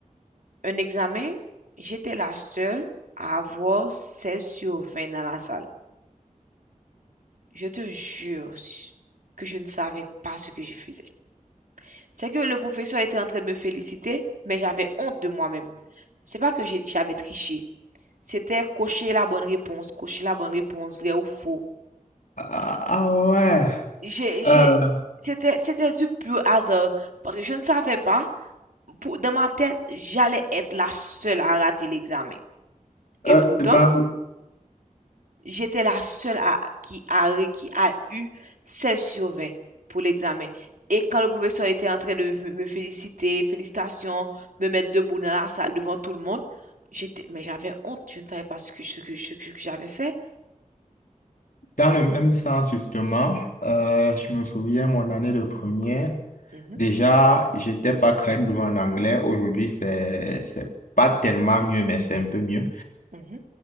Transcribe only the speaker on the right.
Un examen, j'étais la seule à avoir 16 sur 20 dans la salle. Je te jure s- que je ne savais pas ce que je faisais. C'est que le professeur était en train de me féliciter, mais j'avais honte de moi-même. c'est pas que j'ai- j'avais triché. C'était cocher la bonne réponse, cocher la bonne réponse, vrai ou faux.
J'ai, j'ai,
c'était, c'était du pur hasard. Parce que je ne savais pas, pour, dans ma tête, j'allais être la seule à rater l'examen. Et
pourtant,
j'étais la seule à, qui a, ré- qui a eu 16 sur 20 pour l'examen. Et quand le professeur était en train de me me féliciter, félicitations, me mettre debout dans la salle devant tout le monde, j'étais, mais j'avais honte, je ne savais pas ce que, ce que, ce que ce que j'avais fait.
Mhm.
Mhm,